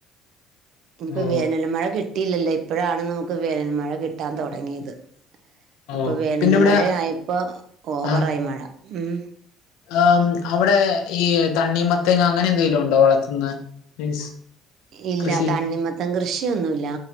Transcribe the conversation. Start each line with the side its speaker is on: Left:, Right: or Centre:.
Right: ഇനിയിപ്പോ
Left: ഓ
Right: വേനൽ മഴ കിട്ടിയില്ലല്ലോ ഇപ്പോഴാണ് നമുക്ക് വേനൽ മഴ കിട്ടാൻ തുടങ്ങിയത്
Left: ഓ
Right: അപ്പൊ വേനൽ
Left: പിന്നെ ഇവിടെ
Right: മഴ ആയപ്പോ ഓവറായി
Left: ആഹ്
Right: മഴ ഉം
Left: ആം അവിടെ ഈ തണ്ണീ മത്തേങ്ങ അങ്ങനെ എന്തെലും ഉണ്ടോ വളർത്ത്ന്നെ മീൻസ്
Right: ഇല്ല
Left: കൃഷി
Right: തണ്ണി മ മത്തം കൃഷി ഒന്നു ഇല്ല